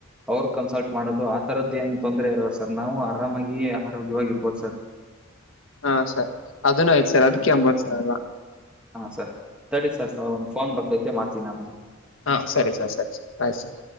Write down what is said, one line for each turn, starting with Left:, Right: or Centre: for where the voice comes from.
Centre: ಅವ್ರು ಕನ್ಸಲ್ಟ್ ಮಾಡೋದು ಆ ತರದ್ದ್ ಏನ್ ತೊಂದರೆೆ ಇರಲ್ಲ ಸರ್ ನಾವು ಆರಾಮಾಗಿ ಆರೋಗ್ಯವಾಗಿರ್ಬೋದು ಸರ್.
Left: ಹಾಂ ಸರ್ ಅದನ್ನು ಆಯ್ತ ಸರ್ ಅದಕ್ಕೆ ಎಂಬತ್ ಸರ್ ಅಲ್ಲ.
Centre: ಹಾಂ ಸರ್ ತಡ್ರಿ ಸರ್ ಸರ್ ಒಂದು ಫೋನ್ ಬರ್ತೈತೆ ಮಾಡ್ತೀನಿ ಆಮೇಲೆ.
Left: ಹಾಂ ಸರಿ ಸರ್ ಸರಿ ಸರ್ ಬಾಯ್ ಸರ್.